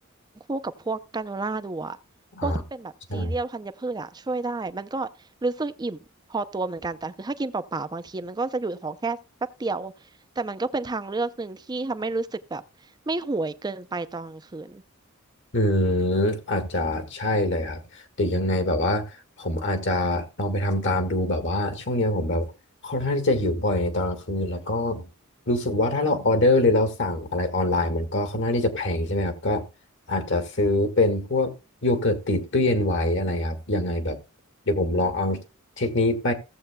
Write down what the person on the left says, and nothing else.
อ่าใช่
อืมอาจจะใช่เลยครับหรือยังไงแบบว่าผมอาจจะลองไปทำตามดูแบบว่าช่วงเนี้ยผมแบบค่อนข้างที่จะหิวบ่อยในตอนกลางคืนแล้วก็ รู้สึกว่าถ้าเราออเดอร์หรือเราสั่งอะไรออนไลน์มันก็ค่อนข้างที่จะแพงใช่ไหมครับก็อาจจะซื้อเป็นพวกโยเกิร์ตติดตู้เย็นไว้อะไรครับยังไงแบบเดี๋ยวผมลองเอาเทคนิคไป